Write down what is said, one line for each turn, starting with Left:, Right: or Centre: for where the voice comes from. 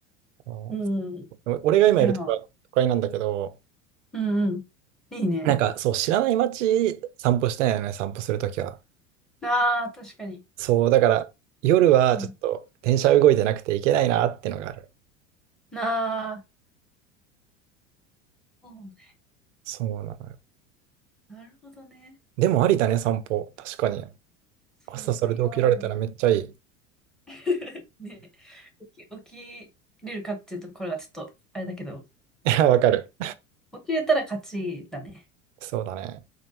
Right: あー
Centre: うん。い
Right: そう俺が今いるとこは都会なんだけど、
Centre: や、うんうん。いいね。
Right: なんかそう、知らない街散歩したいよね、散歩するときは。
Centre: ああ、確かに。
Right: そう、だから夜はちょっと電車動いてなくて行けないなってのがある。
Centre: うんああ、そうね。
Right: そうなのよ。
Centre: なるほどね。
Right: でもありだね、散歩。確かに。
Centre: そう、
Right: 朝それで起きられたらめっちゃいい。
Centre: いやー、
Right: <laughs> い
Centre: <laughs> ね。起き、起きれるかっていうところがちょっと、あれだけど、
Right: や、わかる。
Centre: 起きれたら勝ちだね。
Right: そうだね。